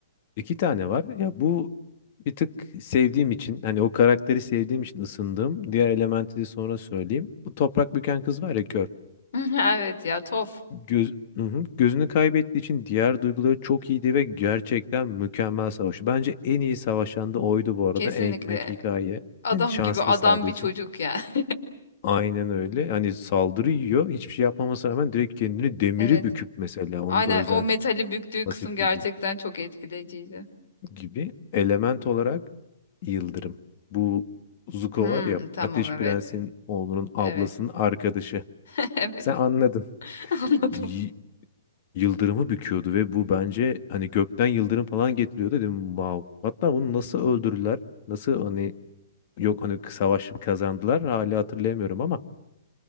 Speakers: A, on the left; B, on the left.
A: İki tane var. Ya bu bir tık sevdiğim için hani o karakteri sevdiğim için ısındığım diğer elementi de sonra söyleyeyim. Bu toprak büken kız var ya kör.
B: <laughs> Evet ya Toph
A: Göz, Hı hı. Gözünü kaybettiği için diğer duyguları çok iyiydi ve gerçekten mükemmel savaşı. Bence en iyi savaşan da oydu bu arada.
B: kesinlikle
A: Ekmek hikaye.
B: adam
A: Yani şanslı
B: gibi adam
A: sadece.
B: bir çocuk ya. <laughs>
A: Aynen öyle. Hani saldırı yiyor. Hiçbir şey yapmamasına rağmen direkt kendini demiri
B: Evet
A: büküp mesela. Onun
B: aynen
A: da özel
B: o metali büktüğü
A: pasif
B: kısım gerçekten
A: gücü.
B: çok etkileyiciydi.
A: gibi element olarak yıldırım. Bu Zuko
B: Hmm,
A: var ya
B: tamam
A: Ateş
B: evet
A: Prens'in oğlunun ablasının
B: evet
A: arkadaşı.
B: <laughs> evet
A: Sen anladın.
B: <laughs> anladım
A: Y- yıldırımı büküyordu ve bu bence hani gökten yıldırım falan getiriyordu dedim wow. Hatta bunu nasıl öldürdüler? Nasıl hani yok hani savaş kazandılar hala hatırlayamıyorum ama